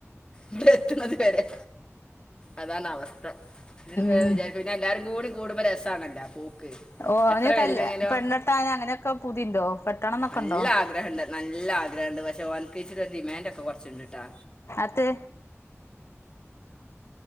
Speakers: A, on the left; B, on the left.
A: ഇവടെ എത്തണത് വരെ അതാണ് അവസ്ഥ പിന്നെ വേം
B: ഉം
A: വിചാരിക്കും, പിന്നെ എല്ലാരും കൂടി കൂടുമ്പോ രസാണല്ലോ പോക്ക്
B: ഓഹ് അവന്
A: എത്ര
B: കല്യാ
A: പേരില്ലെങ്കിലോ
B: പെണ്ണെട്ടാൻ അങ്ങനെയൊക്കെ പൂതിണ്ടോ? കെട്ടണന്നൊക്കെണ്ടോ?
A: നല്ല ആഗ്രഹമുണ്ട് നല്ല ആഗ്രഹണ്ട് പക്ഷേ, ഓൻകേയ്റ്റ്ള്ള ഡിമാൻഡോക്കെ കൊറച്ച്ണ്ട്ട്ടാ
B: അത്